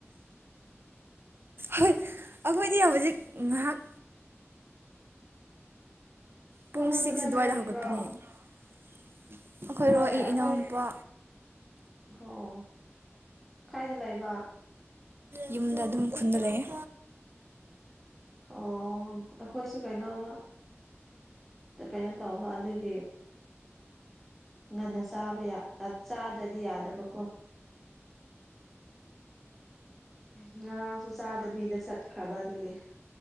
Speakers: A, on the right; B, in the centre.
A: ꯍꯣꯏ ꯑꯩꯈꯣꯏꯗꯤ ꯍꯧꯖꯤꯛ ꯉꯥꯏꯍꯥꯛ ꯄꯨꯡ
B: ꯍꯧꯒꯠꯄꯗ
A: ꯁꯤꯛꯁ ꯑꯗꯨꯋꯥꯏꯗ
B: ꯉꯥꯏꯔꯤꯕ꯭ꯔꯣ
A: ꯍꯧꯒꯠꯄꯅꯦ ꯑꯩꯈꯣꯏꯔꯣ
B: ꯍꯣꯏ ꯑꯩꯈꯣꯏ
A: ꯏ ꯏꯅꯥꯎꯅꯨꯄꯥ
B: ꯑꯣ ꯀꯥꯏꯗ ꯂꯩꯕ
A: ꯌꯨꯝꯗ ꯑꯗꯨꯝ ꯈꯨꯟꯗ ꯂꯩꯑꯦ
B: ꯑꯣ ꯑꯩꯈꯣꯏꯁꯨ ꯀꯩꯅꯣꯝꯃ ꯀꯩꯅꯣ ꯇꯧꯕ ꯑꯗꯨꯒꯤ ꯉꯟꯅ ꯆꯥꯕ ꯌꯥ ꯆꯥꯗ꯭ꯔꯗꯤ ꯌꯥꯗꯕꯀꯣ ꯎ ꯉꯔꯥꯡꯁꯨ ꯆꯥꯗꯕꯤꯗ ꯆꯠꯈ꯭ꯔꯕ ꯑꯗꯨꯒꯤ